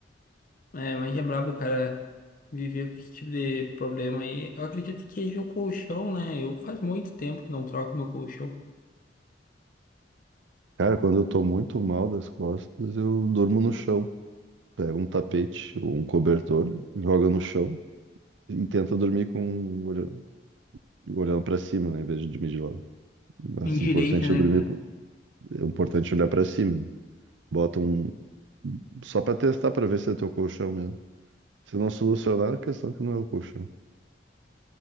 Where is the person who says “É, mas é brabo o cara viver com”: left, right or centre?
Left